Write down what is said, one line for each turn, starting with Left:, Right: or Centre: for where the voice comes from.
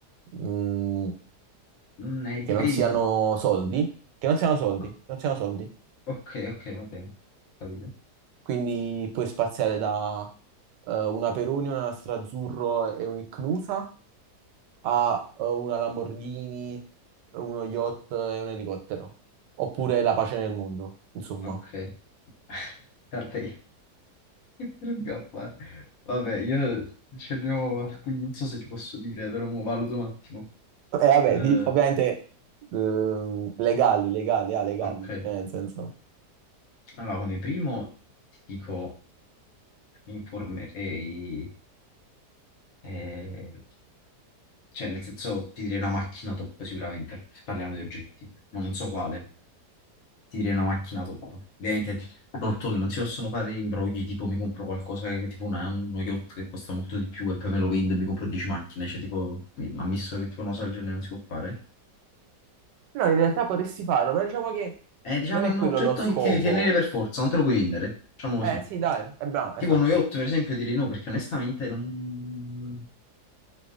Right: mm,
Left: Mm, eh,
Right: che
Left: dipende.
Right: non siano soldi, che non siano soldi,
Left: o-
Right: che non siano soldi.
Left: Ok, ok, va bene, capito.
Right: Quindi puoi spaziare da eh, una Peroni, una Strazzurro e un'Icnusa ha eh, una Lamborghini, uno yacht e un elicottero. Oppure la pace nel mondo, insomma.
Left: Ok, <laughs> vabbè, che te lo dico a fare? Vabbè, io ce ne ho alcuni, non so se ti posso dire, però mo valuto un attimo.
Right: E vabbè,
Left: Eh,
Right: di- ovviamente ehm, legali, legali, ah, legali,
Left: ok,
Right: cioè nel senso...
Left: allora come primo ti dico... mi informerei, eh, cioè nel senso ti direi una macchina top sicuramente, se parliamo di oggetti, ma non so quale, ti direi una macchina top. Ovviamente, tolto che non si possono fare imbrogli, tipo mi compro qualcosa che tipo una- uno yacht che costa molto di più e poi me lo vendo e mi compro 10 macchine, cioè tipo, mi- ammesso che tipo una cosa del genere non si può fare.
Right: No, in realtà potresti farlo, però diciamo che
Left: Eh, diciamo,
Right: non è
Left: è un
Right: quello
Left: oggetto
Right: lo scopo.
Left: che ti devi tenere per forza, non te lo puoi vendere, diciamo così.
Right: Eh sì, dai, è bravo,
Left: Tipo
Right: esatto.
Left: uno yacht, per esempio, direi no, perché onestamente non...